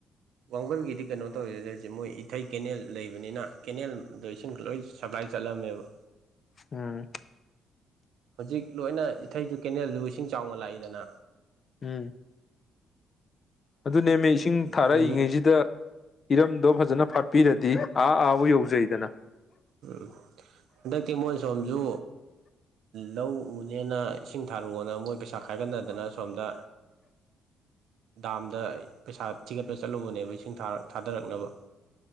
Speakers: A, on the right; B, on the left.
A: ꯋꯥꯡꯕꯜꯒꯤꯗꯤ ꯀꯩꯅꯣ ꯇꯧꯋꯦꯗ ꯍꯧꯖꯤꯛ ꯃꯣꯏ ꯏꯊꯩ ꯀꯦꯅꯦꯜ ꯂꯩꯕꯅꯤꯅ ꯀꯦꯅꯦꯜꯗꯣ ꯏꯁꯤꯡ ꯂꯣꯏ ꯁꯄ꯭ꯂꯥꯏ ꯆꯠꯂꯕꯅꯦꯕ
B: ꯎꯝ
A: ꯍꯧꯖꯤꯛ ꯂꯣꯏꯅ ꯏꯊꯩꯁꯨ ꯀꯦꯅꯦꯜꯗꯨ ꯏꯁꯤꯡ ꯆꯥꯎꯅ ꯂꯥꯛꯏꯗꯅ
B: ꯎꯝ ꯑꯗꯨꯅꯦꯃꯦ ꯏꯁꯤꯡ ꯊꯥꯔꯛꯏꯉꯩꯁꯤꯗ
A: ꯅꯣꯡꯖꯨꯠ
B: ꯏꯔꯝꯗꯣ ꯐꯖꯅ ꯐꯥꯠꯄꯤꯔꯗꯤ ꯑꯥ ꯑꯥꯕꯨ ꯌꯧꯖꯩꯗꯅ
A: ꯎꯝ ꯍꯟꯗꯛꯇꯤ ꯃꯣꯏ ꯁꯣꯝꯖꯨ ꯂꯧ ꯎꯅꯦꯅ ꯏꯁꯤꯡ ꯊꯥꯔꯛꯑꯣꯅ ꯃꯣꯏ ꯄꯩꯁꯥ ꯈꯥꯏꯒꯠꯅꯗꯅ ꯑꯁꯣꯝꯗ ꯗꯥꯝꯗ ꯄꯩꯁꯥ ꯊꯤꯒꯠꯄ ꯆꯠꯂꯨꯕꯅꯦꯕ ꯏꯁꯤꯡ ꯊꯥꯗꯔꯛꯅꯕ